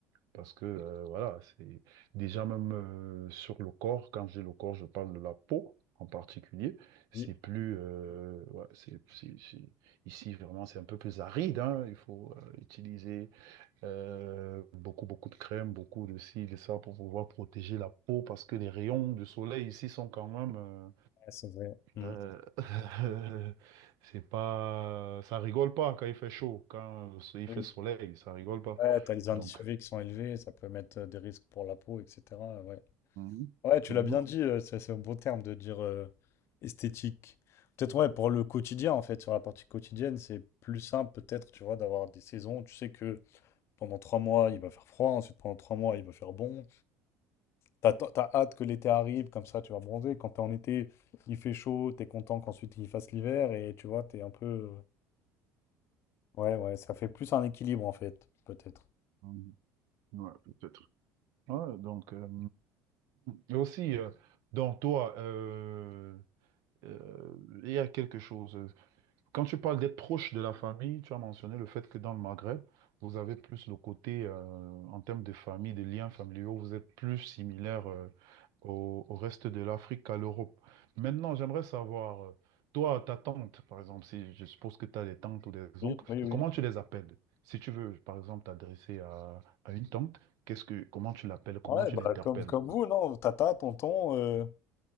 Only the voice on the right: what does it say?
parce que, euh, voilà, c'est déjà même euh, sur le corps, quand je dis le corps, je parle de la peau en particulier, c'est
plus, euh, ouais, c'est, c'est- c'est- ici vraiment c'est un peu plus aride, hein, il faut euh, utiliser euh, beaucoup, beaucoup de crème, beaucoup de ci, de ça pour pouvoir protéger la peau parce que les rayons du soleil ici sont quand même... euh,
euh, <laughs> c'est pas, ça rigole pas quand il fait chaud, quand il
fait soleil, ça rigole pas.
Donc,
Mhm.
Mhm.
Mhm. Ouais, peut-être. Ouais, donc, euh, et aussi, euh, donc toi, euh, euh, il y a quelque chose. euh, Quand tu parles d'être proche de la famille, tu as mentionné le fait que dans le Maghreb, vous avez plus le côté, euh, en termes de famille, de liens familiaux, vous êtes plus similaire, euh, au, au reste de l'Afrique qu'à l'Europe. Maintenant, j'aimerais savoir, euh, toi, ta tante, par exemple, si je suppose que tu as des tantes ou des
oncles,
mais
comment tu les appelles? Si tu veux, par exemple, t'adresser à, à une tante, qu'est-ce que, comment tu l'appelles, comment
tu
l'interpelles?